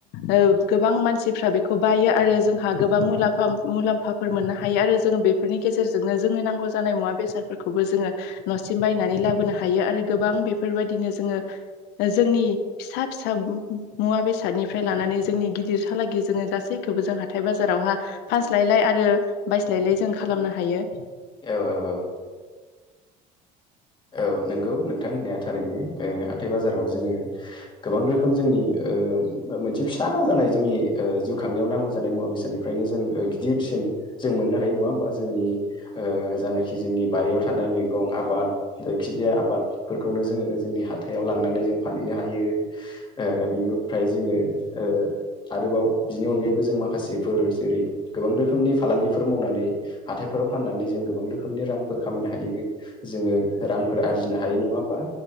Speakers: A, on the left; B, on the left.
A: ओ गोबां मानसिफ्रा बेखौ बायो आरो जोंहा गोबां मुलाम्फा मुलाम्फा फोर मोननो हायो आरो जोङो बेफोरनि गेजेरजोंनो जोंनो नांगौ जानाय मुवा बेसादफोरखौबो जोङो न'सिम बायनानै लाबोनो हायो आरो गोबां बेफोरबायदिनो जोङो जोंनि फिसा फिसा मुवा बेसादनिफ्राय लानानै जोंनि गिदिरहालागै जोङो गासैखौबो जों हाथाइ बाजारावहा फानस्लायलाय आरो बायस्लायलाय जों खालामनो हायो।
B: औ औ औ। औ नंगौ नोंथां होननाया थारैनो ओ हाथाय बाजाराव जोङो गोबां रोखोम जोंनि ओ मो-मोनसे फिसा जानाय जोंनि ओ जिउ खांनायाव नांगौ जानाय मुवा बेसाद फ्रायनो जों ओ गिदिरसिम जों मोननो हायो नङा होमबा जोंनि ओ जानाखि जोंनि बारियाव थानाय मैगं आबाद जायखिजाया आबादफोरखौनो जोङो जोंनि हाथायाव लांनानै जों फानहैनो हायो ओ बिनिफ्राय जोङो ओ आरोबाव बिनि अनगायैबो जों माखासेफोर जेरै गोबां रोखोमनि फालांगिफोर मावनानै हाथायफोराव फाननानै जों गोबां रोखोमनि रांफोर खामायनो हायो जोङो रांफोर आरजिनो हायो नङा होमबा?